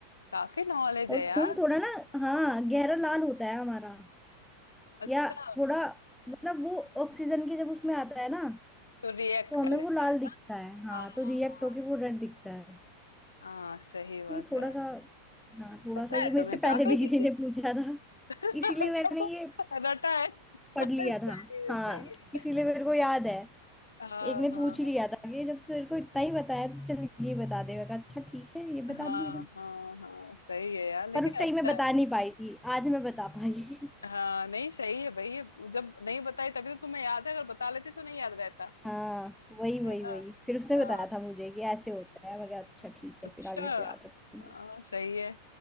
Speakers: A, on the left; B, in the centre.
A: काफी नॉलेज
B: और
A: है यार
B: खून थोड़ा ना हाँ गहरा लाल होता है हमारा
A: अच्छा
B: या थोड़ा मतलब वो ऑक्सीजन के जब उसमें आता है ना
A: तो रिएक्ट
B: तो हमें
A: कर लेता
B: वो लाल
A: है
B: दिखता है हाँ
A: हाँ
B: तो
A: हाँ
B: रिएक्ट होके वो रेड दिखता है
A: हाँ हाँ, सही बात
B: तो ये थोड़ा
A: यार
B: सा हाँ थोड़ा
A: पता
B: सा ये
A: है
B: मेरे
A: तुम्हें
B: से
A: काफी
B: पहले भी किसी
A: चीजें
B: ने पूछा था
A: <laughs>
B: इसीलिए
A: अच्छा
B: मैंने
A: तो
B: ये
A: रटा है <laughs>
B: पढ़
A: सही
B: लिया था
A: है
B: हाँ
A: सही
B: इसीलिए
A: है
B: मेरे को याद है
A: हाँ
B: एक ने
A: हाँ
B: पूछ ही लिया था कि जब तेरे को इतना ही बताया तो चल ये बता दे मैं कहा अच्छा ठीक है ये बता
A: हाँ
B: दूंगी मैं
A: हाँ हाँ सही है यार लेकिन
B: पर उस टाइम
A: अच्छा
B: मैं बता
A: है
B: नहीं पाई थी आज मैं बता पाई
A: हाँ नहीं सही है भाई जब नहीं बताई तभी तो तुम्हें याद है अगर बता लेती तो नहीं याद रहता
B: <laughs> हाँ वही वही
A: है ना
B: वही फिर उसने
A: हाँ,
B: बताया था मुझे कि ऐसे होता है मैं कहा अच्छा ठीक
A: अच्छा
B: है फिर आगे से याद रखूंगी
A: हाँ सही है